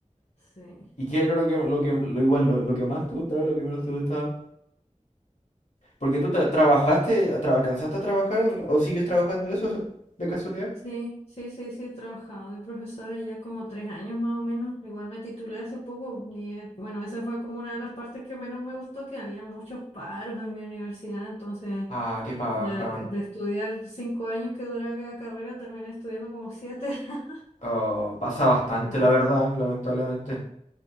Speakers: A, on the left; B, on the left.
A: Sí.
B: ¿Y qué era lo que, lo que, lo igual, lo, lo que más te gustaba y lo que menos te gustaba? Porque tú tra- trabajaste, tra- alcanzaste a trabajar o, o sigues trabajando de eso eso, de casualidad.
A: Sí, sí, sí, sí, he trabajado de profesora ya como tres años más o menos. Igual me titulé hace poco y eh, bueno, esa fue como una de las partes que menos me gustó, que había muchos paros en mi universidad, entonces
B: Ah, qué paja.
A: de, la ca- de estudiar cinco años que duraba cada carrera, terminé estudiando como siete. <laughs>
B: Oh, pasa bastante,
A: Sí,
B: la verdad, lamentablemente.